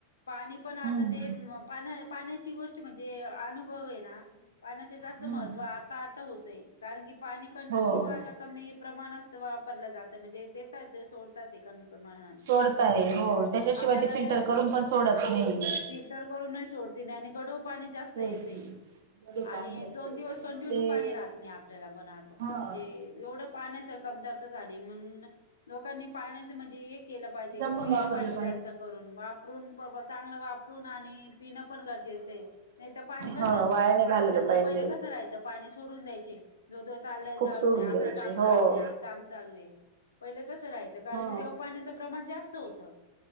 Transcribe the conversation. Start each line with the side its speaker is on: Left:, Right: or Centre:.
Left: पाणी पण आता
Right: हम्म
Left: ते पाण पाण्याची गोष्ट म्हणजे अनुभव आहे ना. पाण्याचे जास्त
Right: हम्म
Left: महत्त्व आता आता होतय कारण की पाणी कंटिन्यू
Right: हो
Left: आता कमी प्रमाणात वापरलं जातं म्हणजे देतात सोडतात ते कमी मा
Right: सोडताय हो
Left: आपल्याला
Right: त्याच्याशिवाय
Left: आपल्याला
Right: ते फिल्टर
Left: त्या जा फील
Right: करून पण सोडत नाही.
Left: फिल्टर करून नाही सोडते नाही आणि गढूळ पाणी जास्त
Right: गढूळ
Left: येतेय आणि
Right: पाणी येतय
Left: दोन दिवस
Right: त्याच्यामुळे
Left: कंटिन्यू
Right: ते
Left: पाणी राहत नाही आपल्याला पण आता म्हणजे
Right: हा
Left: एवढं पाण्याच कमतरता झाली म्हणून लोकांनी पाण्याचं म्हणजे एक केलं पाहिजे
Right: जपून
Left: की पिलं
Right: वापरलं
Left: पाहिजे जास्त करून वापरून प चांगलं वापरून आणि पिणं पण गरजेच आहे नाही तर पाणी कसं
Right: हो वाया नाही घालवलं
Left: दो, दो
Right: पाहिजे.
Left: पहिलं कसं राहायचं पाणी सोडून द्यायचे. धो, धो चाललाय
Right: खूप
Left: जाऊन
Right: सोडून
Left: आपलं
Right: द्यायचे
Left: काम
Right: हो.
Left: चालू आहे काम चालू आहे पहिले तस राहायचं कारण
Right: चालू
Left: की तेव्हा पाण्याचं प्रमाण जास्त होत.